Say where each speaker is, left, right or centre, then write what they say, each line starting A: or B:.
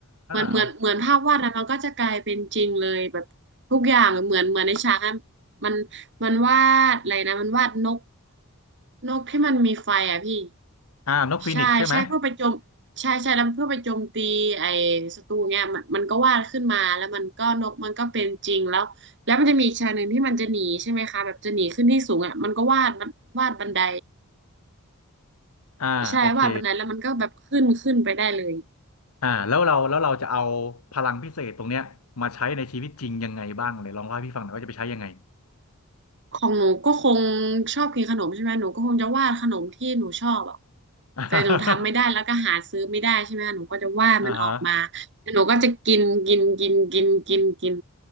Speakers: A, on the right; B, on the left.
A: เหมือนเหมือนเหมือนภาพวาดนะมันก็จะกลายเป็นจริงเลยแบบทุกอย่างเหมือนเหมือนในฉากนั้น
B: เอา
A: มันมันวาดอะไรนะมันวาดนกนกที่มันมีไฟอะพี่
B: อ่านกฟีนิกซ์ใช่ไหม
A: ใช่ใช่เพื่อไปโจมใช่ใช่แล้วเพื่อไปโจมตีไอ้ศัตรูเนี่ยมันมันก็วาดขึ้นมาแล้วมันก็นกมันก็เป็นจริงแล้วแล้วมันจะมีฉากหนึ่งที่มันจะหนีใช่ไหมคะแบบจะหนีขึ้นที่สูงอ่ะมันก็วาดมันวาดบันได
B: อ่าโอเค
A: ใช่วาดบันไดแล้วมันก็แบบขึ้นขึ้นไปได้เลย
B: อ่าแล้วเราแล้วเราจะเอาพลังพิเศษตรงเนี้ยมาใช้ในชีวิตจริงยังไงบ้างเลยลองเล่าให้พี่ฟังหน่อยว่าจะไปใช้ยังไง
A: ของหนูก็คงชอบกินขนมใช่ไหมหนูก็คงจะวาดขนมที่หนูชอบอ่ะ
B: <laughs> อ
A: แต่หนูทำไม่ได้แล้วก็หาซื้อไม่ได้ใช่ไหมหนูก็จะวาดมันออกมาแล้วหนูก็จะกินกินกินกินกินกิน
B: ่าฮะ